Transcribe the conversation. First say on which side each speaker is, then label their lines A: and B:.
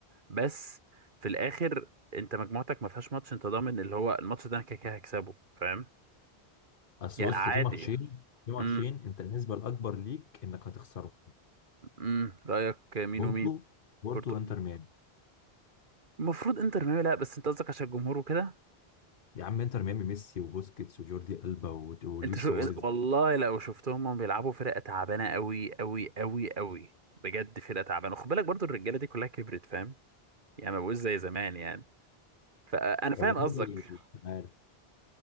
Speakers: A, on the right; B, on the left.
A: بس في الاخر انت مجموعتك ما فيهاش ماتش انت ضامن اللي هو الماتش ده انا كده كده هكسبه فاهم
B: بس
A: يعني
B: بص
A: عادي
B: في ماتشين في ماتشين
A: امم
B: انت النسبه الاكبر ليك انك هتخسره
A: امم رايك مين
B: بورتو
A: ومين
B: بورتو
A: بورتو
B: وانتر ميامي
A: المفروض انتر ميامي لا بس انت قصدك عشان الجمهور وكده
B: يا عم انتر ميامي ميسي وبوسكيتس وجوردي البا وت- ولويس
A: انت شو
B: سواريز
A: بس والله لو شفتهم هم بيلعبوا فرقه تعبانه قوي قوي قوي قوي بجد فرقه تعبانه خد بالك برضو الرجاله دي كلها كبرت فاهم يعني ما بقوش زي زمان يعني فانا
B: والله
A: فاهم قصدك
B: مش عارف